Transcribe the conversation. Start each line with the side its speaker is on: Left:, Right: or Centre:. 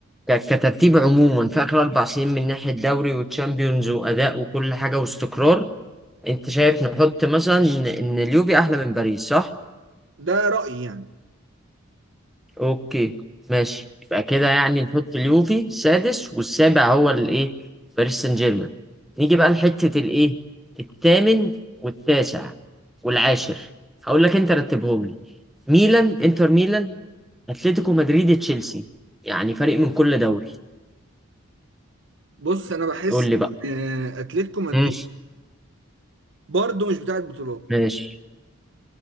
Centre: ك- كترتيب عموما في اخر اربع سنين من ناحيه دوري وتشامبيونز واداء وكل حاجه واستقرار انت شايف نحط مثلا ان إن اليوفي احلى من باريس صح
Right: ده رايي يعني
Centre: اوكي ماشي يبقى كده يعني نحط اليوفي سادس والسابع هو الايه باريس سان جيرمان نيجي بقى لحته الايه الثامن والتاسع والعاشر هقول لك انت رتبهم لي ميلان انتر ميلان اتلتيكو مدريد تشيلسي يعني فريق من كل دوري
Right: بص انا بحس
Centre: قول لي بقى
Right: إن آه، اتلتيكو مدريد
Centre: مم.
Right: برضه مش بتاعت بطولات
Centre: ماشي